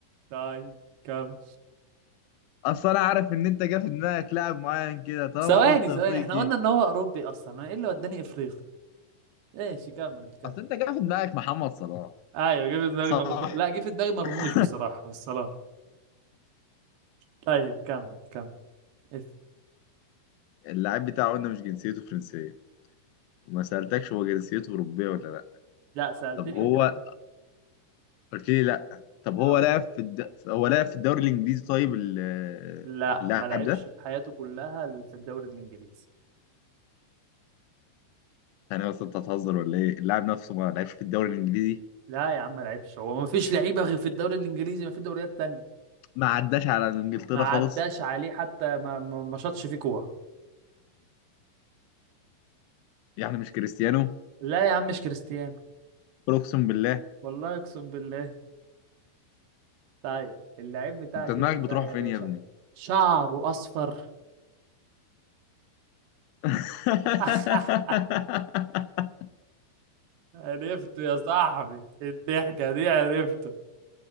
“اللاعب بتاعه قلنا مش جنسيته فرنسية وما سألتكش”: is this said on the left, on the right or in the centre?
Left